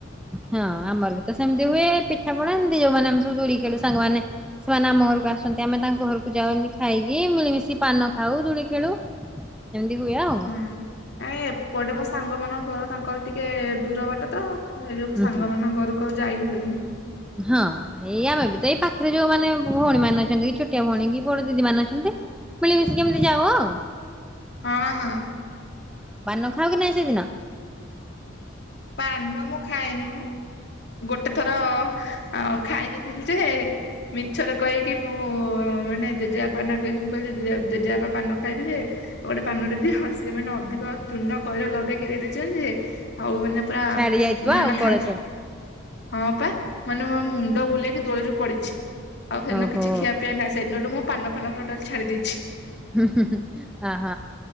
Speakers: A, in the centre; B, on the left (about 55°).
A: ହଁ ଆମର ବି ତ ସେମିତି ହୁଏ ପିଠା ପଣା ସେମିତି ଯୋଉମାନେ ଆମେ ସବୁ ଦୁଳି ଖେଳୁ ସାଙ୍ଗମାନେ ସେମାନେ ଆମ ଘରକୁ ଆସନ୍ତି ଆମେ ତାଙ୍କ ଘରକୁ ଯାଉ ଏମିତି ଖାଇକି ମିଳିମିଶି ପାନ ଖାଉ ଦୁଳି ଖେଳୁ। ଏମିତି ହୁଏ ଆଉ।
B: ହୁଁ ଆ ଏପଟେ ମୋ ସାଙ୍ଗମାନଙ୍କ ଘର ତାଙ୍କର ଟିକେ ଦୂର ବାଟ ତ ସେଇ ଯୋଗୁ ସାଙ୍ଗମାନଙ୍କ
A: ହୁଁ।
B: ଘରୁ କୁ ଆଉ ଯାଇ ହୁଏନି।
A: ହଁ। ଏଇ ଆମେ ବି ତ ଏଇ ପାଖରେ ଯୋଉ ମାନେ ଭଉଣୀ ମାନେ ଅଛନ୍ତି କି ଛୋଟିଆ ଭଉଣୀ କି ବଡ ଦିଦି ମାନେ ଅଛନ୍ତି। ମିଳ ମିଶିକି ଏମିତି ଯାଅ।
B: ହଁ ହଁ।
A: ହଁ ପାନ ଖାଉ କି ନାଇଁ ସେଦିନ?
B: ପାନ ମୁଁ ଖାଏନି ମ ଗୋଟେ ଥର ଆଉ ଖାଇ ଦେଇଥିଲି ଯେହେ ମିଛରେ କହିକି ମୁଁ ମାନେ ଜେଜେବାପା ନା କହିକି ମୁଁ କହିଲି ଜେଜ ଜେଜେବାପା ପାନ ଖାଇବି ଯେ। ଗୋଟେ ପାନଟେ ଦିହ ସିଏ ମାନେ ଅଧିକ ଚୂନ ଖଇର ଲଗେଇକି ଦେଇ ଦେଇଚନ୍ତି ଯେ ଆଉ ମାନେ ପୁରା
A: ଛାଡି
B: ମୁଁ
A: ଯାଇଥିବ
B: ହେ
A: ଆଉ
B: ଦିନ
A: କଳସ
B: ଖାଏ ହଁ ପା ମାନେ ମୋ ମୁଣ୍ଡ ବୁଲେଇକି ଦୋଳିରୁ ପଡିଛି। ଆଉ ସେଦିନ
A: ଓହୋ
B: କିଛି ଖିଆ ପିଆ ନାହିଁ ସେଇ ଦିନଠୁ ମୁଁ ପାନ ଫାନ ପୁରା <unintelligible> ଛାଡି ଦେଇଛି।
A: <unintelligible> ଅହ